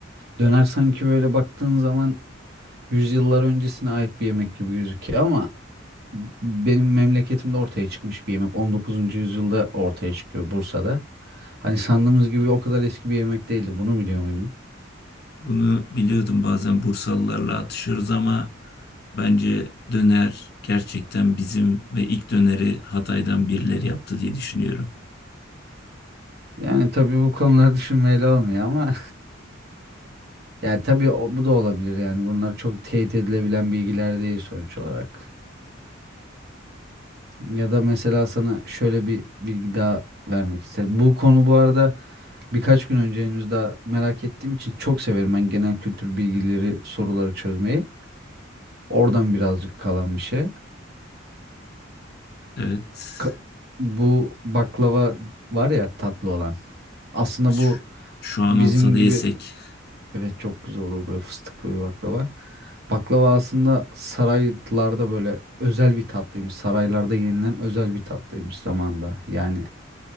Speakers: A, on the right; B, on the left.
A: Döner sanki böyle baktığın zaman yüzyıllar öncesine ait bir yemek gibi gözüküyor ama benim memleketimde ortaya çıkmış bir yemek. on dokuzuncu yüzyılda ortaya çıkıyor Bursa'da. Hani sandığımız gibi o kadar eski bir yemek değildi. Bunu biliyor muydun?
B: Bunu biliyordum bazen Bursalılarla atışıyoruz ama bence döner gerçekten bizim ve ilk döneri Hatay'dan birileri yaptı diye düşünüyorum.
A: Yani tabii bu konular düşünmeyle olmuyor ama Yani tabii o- bu da olabilir yani. Bunlar çok teyit edilebilen bilgiler değil sonuç olarak. Ya da mesela sana şöyle bir bilgi daha vermek isterim. Bu konu bu arada birkaç gün önce henüz daha merak ettiğim için çok severim ben genel kültür bilgileri, soruları çözmeyi. Oradan birazcık kalan bir şey.
B: Evet.
A: Ka- bu baklava var ya tatlı olan. Aslında
B: Şu,
A: bu
B: şu
A: bizim
B: an olsa da
A: gibi
B: yesek.
A: Evet çok güzel olur böyle fıstıklı bir baklava. Baklava aslında saraylarda böyle özel bir tatlıymış. Saraylarda yenilen özel bir tatlıymış zamanda. Yani